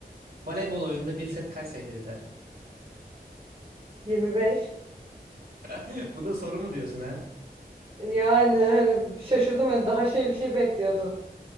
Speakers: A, on the right (about 65°); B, on the right (about 35°).
A: Voleybol oyununda bir set kaç sayıda biter?
B: 25.
A: <laughs> Bu da soru mu diyorsun ha?
B: Yani hani şaşırdım hani daha şey bir şey bekliyordum.